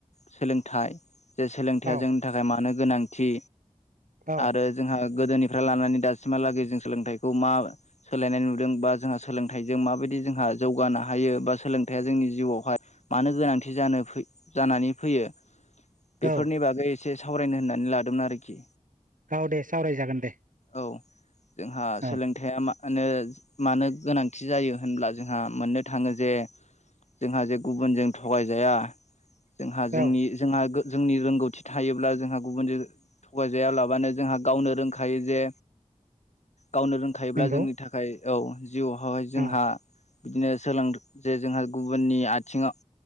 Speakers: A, on the left (about 60°); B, on the right (about 85°).
A: सोलोंथाइ जे सोलोंथाइया
B: औ
A: जों थाखाय मानो गोनांथि
B: औ
A: आरो जोंहा गोदोनिफ्राय लानानै दासिमहालागै जों सोलोंथाइखौ मा सोलायनाय नुदों बा जोंहा सोलोंथाइजों माबाय दि जोंहा जौगानो हायो बा सोलोंथाइया जोंनि जिउआवहाय मानो गोनांथि जानो फै जानानै फैयो। बेफोरनि
B: औ
A: बागै एसे सावरायनो होननानै लादोंमोन आरोखि।
B: औ दे सावरायजागोन दे।
A: औ जोंहा सोलोंथायाइया
B: औ
A: माहोनो मानो गोनांथि जायो होनब्ला जोंहा मोननो थांङो जे जोंहा जे गुबुनजों थगायजाया। जोंहा जोंनि
B: औ
A: जोंहा जोंनि गो रोंगौथि थायोब्ला जोंहा गुबुनजो थगायजायालाबानो जोंहा गावनो रोंखायो जे गावनो रों खायोब्ला
B: नंगौ
A: जोंनि थाखाय औ जिउआवहहाय जोंहा
B: औ
A: बिदिनो सोलों जे जोंहा गुबुननि आथिंङाव